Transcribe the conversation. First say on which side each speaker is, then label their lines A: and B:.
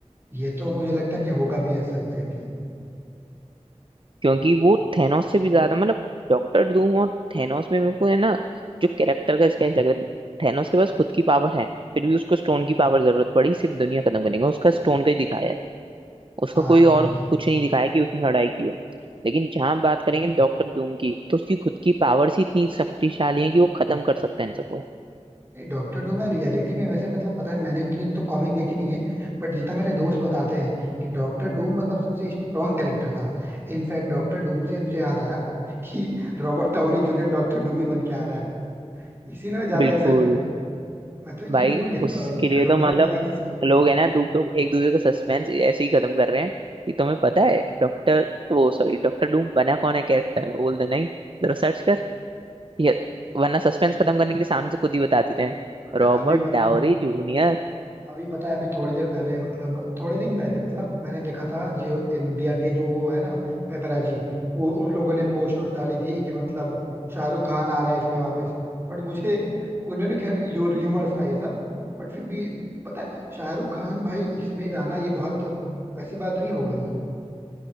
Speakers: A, on the right; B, on the right.
A: ये तो मुझे लगता है कि होगा भी ऐसा एग्जैक्टली exactly.
B: क्योंकि वो थेनोस से भी ज्यादा मतलब डॉक्टर डूम और थेनोस में मेरे को है ना जो कैरेक्टर का स्केच लग रहा है थेनोस के पास खुद की पावर है फिर भी उसको स्टोन की पावर जरूरत पड़ी सिर्फ दुनिया खत्म करने का उसका स्टोन का ही दिखाया है उसका
A: हाँ
B: कोई
A: हाँ, सही
B: और
A: है
B: कुछ नहीं दिखाया कि उसने लड़ाई की हो लेकिन जहां बात करेंगे डॉक्टर डूम की तो उसकी खुद की पावर्स ही इतनी शक्तिशाली है कि वो खत्म कर सकता है इन सबको
A: डॉक्टर डूम है रियलिटी में वैसे मतलब पता है मैंने उतनी तो कॉमिक देखी नहीं है बट जितना मेरे दोस्त बताते हैं कि डॉक्टर डूम मतलब सबसे स्ट्रांग कैरेक्टर था इनफैक्ट डॉक्टर डूम से मुझे याद आया कि Robert Downey Junior doctor doom ही बन के आ रहा है इसीलिए मैं ज्यादा
B: बिल्कुल
A: एक्साइटेड हूँ मैं तो ये
B: भाई
A: चीज भूल गया
B: उसके
A: था भाई
B: लिए
A: कसम
B: तो
A: से
B: मतलब
A: मेरे दिमाग से स्किप हो
B: लोग
A: गई थी
B: है ना दूसरों एक दूसरे का सस्पेंस ऐसे ही खत्म कर रहे हैं कि तुम्हें पता है डॉक्टर वो सॉरी डॉक्टर डूम बना कौन है कैरेक्टर में बोल दे नहीं जरा सर्च कर ये वरना सस्पेंस खत्म करने के लिए सामने से खुद ही बता देते हैं
A: पता
B: Robert
A: है अभी मतलब
B: dowry junior
A: अभी पता है अभी थोड़ी देर पहले मतलब थोड़े दिन पहले मतलब मैंने देखा था जो इंडिया के जो वो है ना पेपराजी वो उन लोगों ने पोस्ट वोस्ट डाली थी कि मतलब शाहरुख खान आ रहा है इसमें वापस बट मुझे उन्होंने खैर यो र्यूमर्स था ये सब बट फिर भी पता है शाहरुख खान भाई इसमें जाना ये बहुत वैसी बात नहीं हो गई